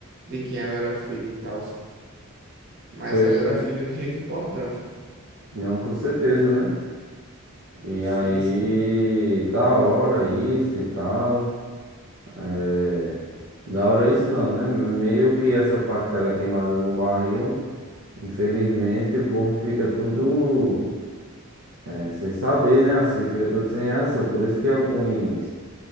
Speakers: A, on the right; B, on the right.
A: de quem ela era filha e tal. Mas
B: Foi
A: ela
B: isso
A: era
B: aí.
A: filha de gente importante.
B: Não, com certeza, né? E
A: Sim,
B: aí,
A: sim.
B: da hora isso e tal. É, da hora isso não, né? Meio que essa parte que ela é queimada no barril, infelizmente o povo fica tudo é, sem saber, né? Assim, fica tudo sem reação. Por isso que alguns,